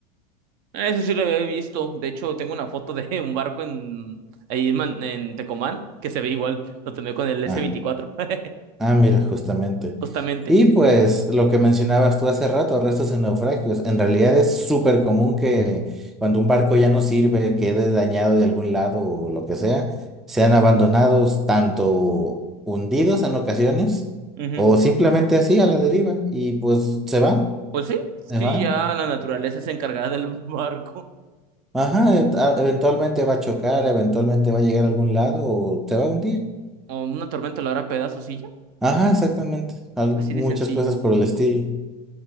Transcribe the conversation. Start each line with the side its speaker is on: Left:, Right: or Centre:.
Right: Eso sí lo había visto. De hecho, tengo una foto de <laughs> un barco en ahí en, Man- en Tecomán que se ve igual. Lo tomé con el s
Centre: Ah.
Right: veinticuatro <laughs>
Centre: Ah, mira, justamente.
Right: justamente.
Centre: Y pues lo que mencionabas tú hace rato, restos en naufragios, en realidad es súper común que cuando un barco ya no sirve, quede dañado de algún lado o lo que sea, sean abandonados, tanto hundidos en ocasiones
Right: Ujú.
Centre: o simplemente así a la deriva y pues se van,
Right: Pues sí,
Centre: se
Right: sí,
Centre: van.
Right: ya la naturaleza es encargada del <laughs> barco.
Centre: Ajá, e- a- eventualmente va a chocar, eventualmente va a llegar a algún lado o se va a hundir.
Right: O una tormenta lo hará pedazos y ya.
Centre: Ajá, exactamente. Al-
Right: Así
Centre: muchas
Right: de sencillo.
Centre: cosas por el estilo.